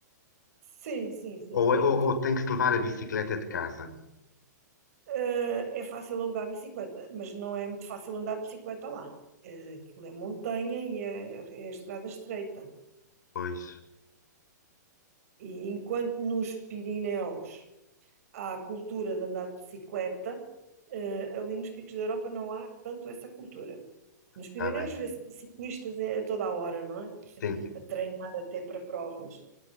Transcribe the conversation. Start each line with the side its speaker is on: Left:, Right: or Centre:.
Right: sim, sim, sim,
Left: ou,
Right: tem
Left: é- ou-
Right: tudo.
Left: ou tem que se levar a bicicleta de casa.
Right: Eh, é fácil alugar bicicleta, mas não é muito fácil andar de bicicleta lá. Eh, aquilo é montanha e é, é estrada estreita.
Left: Pois,
Right: E enquanto nos Pirineus há a cultura de andar de bicicleta, eh, ali nos picos da Europa não há tanto essa cultura. Nos Pirineus
Left: está bem.
Right: vê-se ciclistas a toda a hora, não é?
Left: Sim.
Right: A treinar até para provas.